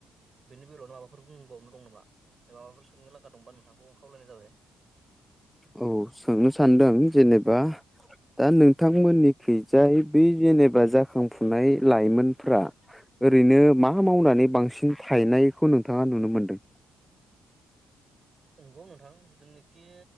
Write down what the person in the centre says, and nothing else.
औ सोंनो सानदों जेनेबा दा नोंथांमोननिखैजाय बे जेनेबा जाखांफुनाय लाइमोनफ्रा ओरैनो मा मावनानै बांसिन थायनायखौ नोंथाङा नुनो मोन्दों